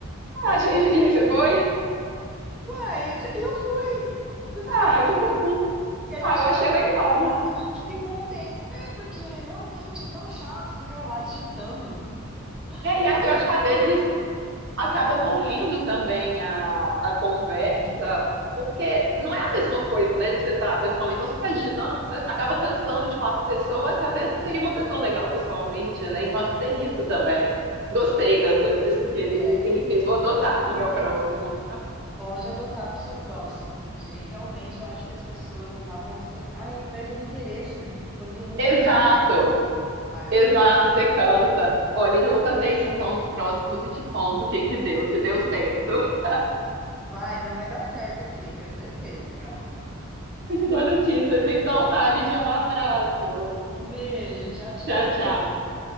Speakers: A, in the centre; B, on the right (about 50°).
A: Aí
B: Ah, achei,
A: eu fiquei
B: e
A: assim,
B: aí, você foi?
A: uai, e eu fui. Você sabe
B: Ah,
A: que eu
B: que
A: fui?
B: bom,
A: E a
B: ah,
A: gente
B: eu achei
A: teve uma
B: legal.
A: afinidade, a gente ficou um tempo. É, porque realmente é tão chato ficar lá digitando.
B: É, e a-
A: Eu acho
B: eu acho
A: que ele
B: que
A: falou
B: às vezes
A: isso também.
B: acaba morrendo também a, a conversa,
A: Aham.
B: porque não é a mesma coisa, né, de você estar pessoalmente. Então, você está digitando, você acaba cansando de falar para a pessoa que às vezes seria uma pessoa legal pessoalmente, né? Então, acho que tem isso também. Gostei
A: Ex-
B: dessa, disso que ele,
A: É,
B: que ele fez. Vou adotar
A: exatamente.
B: no meu próximo.
A: Pode adotar para o seu próximo, porque realmente eu acho que as pessoas acabam se. Ai, perdem o interesse, né? Quando tem muita
B: Exato,
A: gente conversando no bar.
B: exato, você cansa. Olha, eu vou fazer isso então nos próximos e te conto o que que deu, se deu certo. <laughs>
A: Vai, não vai dar certo, sim, tenho certeza, Carol.
B: Eu te dou notícias. Então tá, Lídia, um abraço.
A: Um beijo, tchau, tchau.
B: Tchau, tchau.